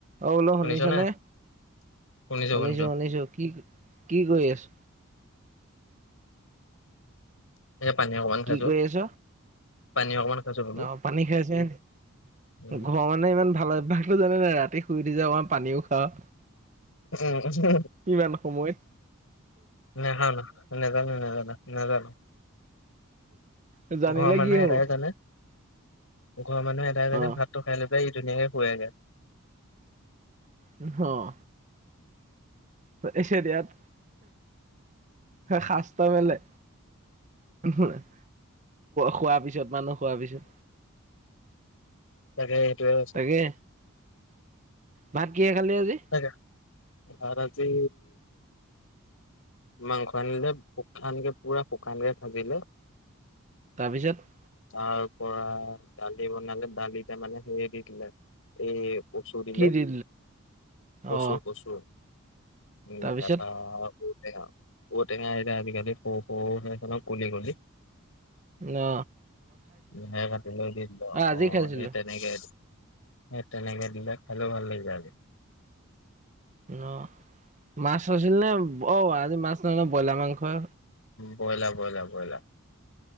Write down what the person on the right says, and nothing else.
অ', বোলো
শুনিছ'নে?
শুনিছোঁ,
শুনিছোঁ কি কি কৰি আছ'?
কি কৰি আছ?
অ', পানী খাইছে,
ঘৰ মানে ইমান ভাল হয়। <unintelligible> জানে নাই ৰাতি শুই দি যাওঁ আমাৰ পানীও খাওঁ।
ইমান সময়ত
এ জানিলে
কি হব
অ
আহ পাতিছোঁ দিয়াত উম শাচত তই গ'লে <unintelligible> খোৱাৰ পিছত মানুহ শুৱাৰ পিছত
তাকে ভাত কিহ খালে আজি?
তাৰপিছত
কি দি
অ
তাৰপিছত
ন'।
আজি
খাইছিলো
ন' মাছ আছিল নে? অ'আজি মাছ নহয় নয় ব্ৰইলাৰ মাংস হ